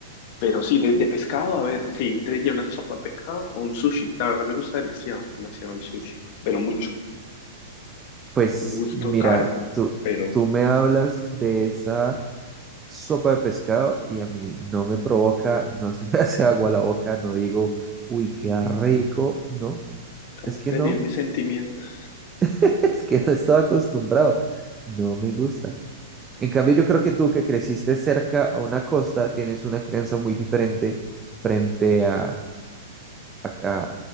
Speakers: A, on the left; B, on the right.
A: pero sí, de, de pescado, a ver, sí, te diría una sopa de pescado o un sushi. La verdad me gusta demasiado, demasiado el sushi, pero mucho.
B: pues
A: Un gusto
B: mira,
A: caro,
B: tú,
A: pero
B: tú me hablas de esa sopa de pescado y a mí no me provoca, no se me <laughs> hace agua la boca, no digo, uy, qué rico, no.
A: acabas
B: Es que
A: de
B: no,
A: herir mis sentimientos.
B: <laughs> es que no estaba acostumbrado, no me gusta. En cambio, yo creo que tú que creciste cerca a una costa, tienes una crianza muy diferente frente a a, a-